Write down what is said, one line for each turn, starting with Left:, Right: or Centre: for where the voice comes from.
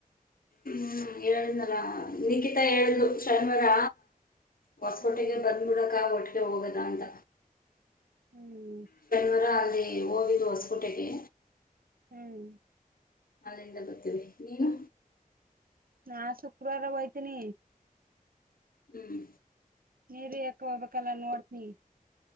Left: ಹ್ಮ್ ಹೇಳುದ್ನಲ ನಖಿತಾ ಹೇಳ್ದು ಶನಿವಾರ ಹೊಸಪೋಟಿಗೆ
Right: ಹ್ಮ್
Left: ಬಂದ್ಬಿಡಕ ಒಟ್ಟಿಗೆ ಹೋಗದ ಅಂತ
Right: ಹ್ಮ್
Left: ಶನ್ವರ ಅಲ್ಲಿ ಹೋಗಿದ್ದು ಹೊಸಕೋಟೆಗೆ
Right: ಹ್ಮ್
Left: ಅಲ್ಲಿಂದ ಗೊತ್ತೀವಿ ನೀನು
Right: ನಾ ಶುಕ್ರವಾರ ಹಯ್ತೀನಿ
Left: ಹ್ಮ್
Right: ನೀವ ಯಕ ಹೋಗ್ಬೇಕಲ್ಲ ನೋಡ್ತನಿ